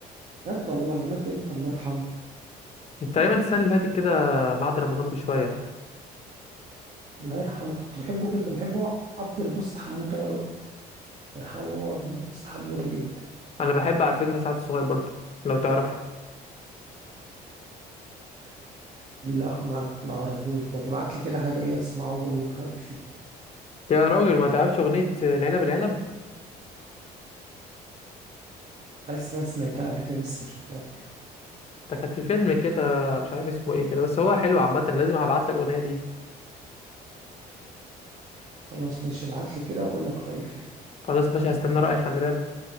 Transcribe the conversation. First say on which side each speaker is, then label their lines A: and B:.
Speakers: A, on the right; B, on the left.
A: بجد والله مات امتى الله يرحمه
B: تقريبا السنه اللي فاتت كده بعد رمضان بشويه
A: الله يرحمه كنت بحبه جدا بحبه هو عبد الباسط حموده أوي هو عبد الباسط حموده جدا
B: انا بحب على فكره سعد الصغير برضو لو تعرفه
A: لا ما ما اعرفوش ما تبعت لي كده حاجه ليه اسمعه واقول لك رايي فيه
B: يا راجل ما تعرفش اغنيه العنب العنب
A: حاسس ان انا سمعتها قبل كده بس مش متاكد
B: ده كانت في فيلم كده مش عارف اسمه ايه كده بس هو حلو عامه لازم هبعت لك اغنيه ليه
A: خلاص ماشي ابعت لي كده واقول لك رايي فيها
B: خلاص ماشي هستنى رايك خلي بالك